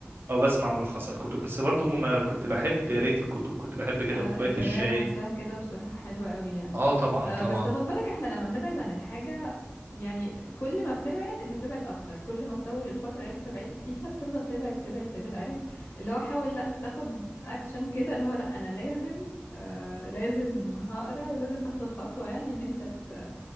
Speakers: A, on the right; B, on the left.
A: او بسمع ملخصات كتب بس برضو ما كنت بحب قراية الكتب كنت بحب كده
B: آه
A: كوباية
B: القراية
A: الشاي
B: نفسها كده بصراحة حلوة قوي يعني
A: اه طبعا
B: آه
A: طبعا
B: بس خد بالك احنا لما بنبعد عن الحاجة يعني كل ما بتبعد انت بتبعد اكتر كل ما تطول الفترة اللي انت بعدت فيها بتفضل تبعد تبعد تبعد عارف اللي هو حاول لا تاخد اكشن كده اللي هو لا انا لازم آه لازم هقرا ولازم تاخد الخطوة يعني ان انت ت-